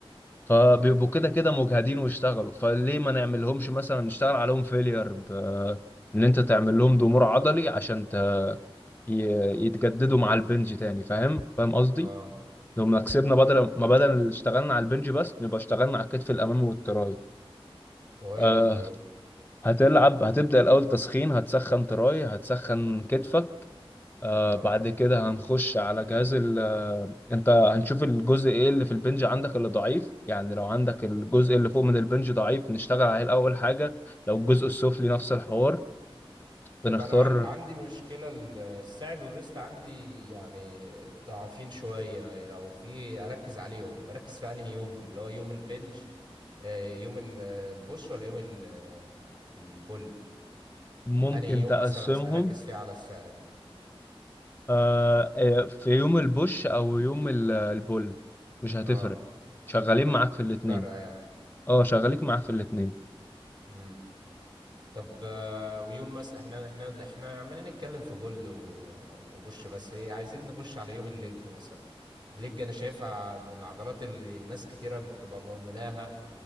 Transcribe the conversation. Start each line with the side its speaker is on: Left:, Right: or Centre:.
Left: فبيبقوا
Right: اه
Left: كده كده مجهدين واشتغلوا فليه ما نعملهمش مثلا نشتغل عليهم فيلير ب... ان انت تعمل لهم ضمور عضلي عشان ت... ي... يتجددوا مع البنج تاني فاهم فاهم قصدي
Right: اه
Left: لو ما كسبنا بدل ما بدل اللي اشتغلنا على البنج بس نبقى اشتغلنا على الكتف الامامي والتراي
Right: كويس
Left: آه
Right: دي آه.
Left: هتلعب هتبدأ الاول تسخين هتسخن تراي هتسخن كتفك آه
Right: اه
Left: بعد كده هنخش على جهاز ال آه، انت هنشوف الجزء ايه اللي في البنج عندك اللي ضعيف يعني لو عندك الجزء اللي فوق من البنج ضعيف نشتغل عليه الاول حاجة لو الجزء السفلي نفس الحوار بنختار
Right: طب انا عند... عندي مشكله ال- الساعد والريست عندي يعني ضعيفين شويه لو في اركز عليهم بركز في انهي يوم اللي هو يوم البنج آه، يوم ال- البوش ولا يوم ال- آه، البول
Left: ممكن
Right: انهي يوم
Left: تقسمهم
Right: مثلا أس- اركز فيه على الساعد
Left: آه، آه، في يوم البوش او يوم ال- البول مش هتفرق
Right: اه
Left: شغالين معاك في الاتنين
Right: مش فارقه
Left: اه شغالين معاك في الاتنين
Right: يعني طب آه، ويوم مثلا احنا احنا احنا عمالين نتكلم في بول و- وبوش بس ايه عايزين نخش على يوم الليج مثلا الليج انا شايفها من العضلات اللي الناس كتيرة بتبقى مهملاها